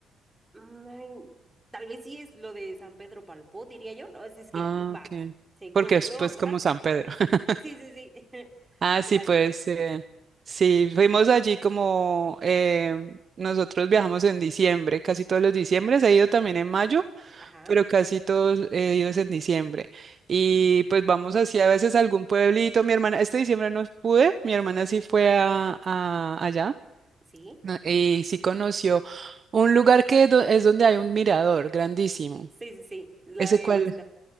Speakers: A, on the right (about 20°); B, on the right (about 45°).
A: Mm, Tal vez sí es lo de San Pedro Palpó, diría yo. No, es, es que,
B: Ah,
A: va,
B: ok.
A: según
B: Porque es
A: yo,
B: pues
A: ajá.
B: como San Pedro. <laughs>
A: Sí, sí, sí. <laughs>
B: Ah, sí,
A: La
B: pues
A: Gloria.
B: eh, sí, fuimos allí como eh, nosotros viajamos en diciembre, casi todos los diciembres, he ido también en mayo,
A: Ajá,
B: pero casi todos he ido es en diciembre. Y pues vamos así a veces a algún pueblito, mi hermana, este diciembre no pude, mi hermana sí fue a, a allá
A: sí.
B: No, y sí conoció un lugar que do- es donde hay un mirador grandísimo.
A: Sí, sí, sí, lo
B: ¿Ese
A: he
B: cuál?
A: visto.